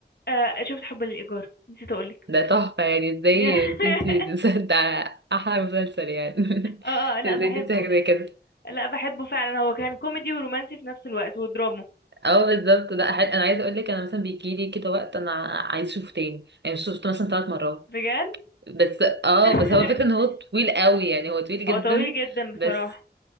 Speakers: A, on the left; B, on the right.
A: آه، شفت حب للإيجار نسيت اقولك
B: ده تحفه يعني ازاي
A: <laughs>
B: تنسي المسلسل <laughs> ده احلى مسلسل يعني
A: اه
B: <laughs>
A: آه، لا
B: ازاي
A: بحبه
B: تنسي حاجه زي كده
A: لا بحبه فعلا هو كان كوميدي ورومانسي في نفس الوقت ودراما
B: اه بالظبط لا حل... انا عايزه اقول لك انا مثلا بيجي لي كده وقت انا عايز اشوفه تاني يعني شفته مثلا ثلاث مرات
A: بجد
B: بس اه
A: <laughs>
B: بس هو الفكرة ان هو طويل قوي يعني هو طويل جدا
A: هو طويل جدا بصراحة
B: بس